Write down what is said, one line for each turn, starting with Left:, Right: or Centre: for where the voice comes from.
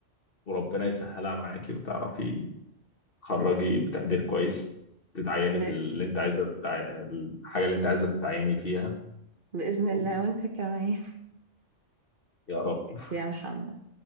Left: وربنا يسهلها معاكي وتعرفي تخرجي بتقدير كويس تتعيني
Right: ب...
Left: في اللي انت عايزه تتع... الحاجه اللي انت عايزه تتعيني فيها
Right: بإذن
Left: ويا
Right: الله وأنت كمان
Left: رب
Right: <laughs> ماشي يا محمد